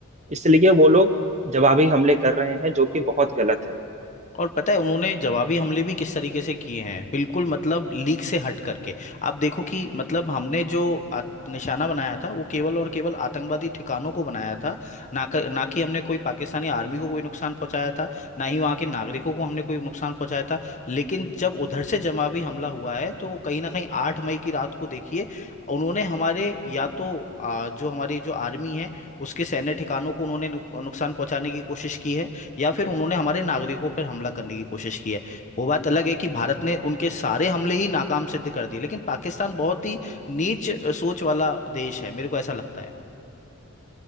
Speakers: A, on the right; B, on the left.
A: इसलिए वो लोग जवाबी हमले कर रहे हैं जो कि बहुत गलत है
B: और पता है उन्होंने जवाबी हमले भी किस तरीके से किए हैं बिल्कुल मतलब लीक से हट करके आप देखो कि मतलब हमने जो आत- निशाना बनाया था वो केवल और केवल आतंकवादी ठिकानों को बनाया था ना कर, ना कि हमने कोई पाकिस्तानी आर्मी को कोई नुकसान पहुंचाया था ना ही वहाँ के नागरिकों को हमने कोई नुकसान पहुंचाया था लेकिन जब उधर से जवाबी हमला हुआ है तो कहीं ना कहीं आठ मई की रात को देखिए उन्होंने हमारे या तो आ, जो हमारी जो आर्मी है उसके सैन्य ठिकानों को उन्होंने नु- नुकसान पहुंचाने की कोशिश की है या फिर उन्होंने हमारे नागरिकों पर हमला करने की कोशिश की है वो बात अलग है कि भारत ने उनके सारे हमले ही नाकाम सिद्ध कर दिए लेकिन पाकिस्तान बहुत ही नीच अ, सोच वाला देश है मेरे को ऐसा लगता है